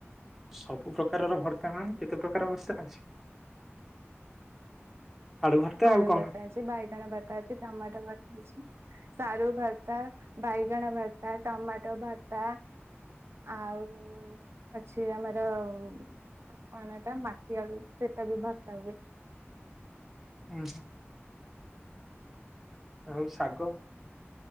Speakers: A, in the centre; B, on the right.
A: ସବୁ ପ୍ରକାରର ଭର୍ତ୍ତା ମାନେ କେତେ ପ୍ରକାର ଭର୍ଷା ଅଛି? ଭର୍ତ୍ତା
B: ଆଳୁ
A: ଆଉ କଣ
B: ଭର୍ତା ଅଛି ବାଇଗଣ ଭର୍ତା ଅଛି ଟମାଟୋ ଭର୍ତା ଅଛି। ସାରୁ ଭର୍ତା, ବାଇଗଣ ଭର୍ତା, ଟମାଟୋ ଭର୍ତା। ଆଉ ଅଛି ଆମର କଣ ଏଟା ମାଟିଆଳୁ ସେଟା ବି ଭର୍ତା ହୁଏ।
A: ଉଁ ହୁ ଆଉ ଶାଗ,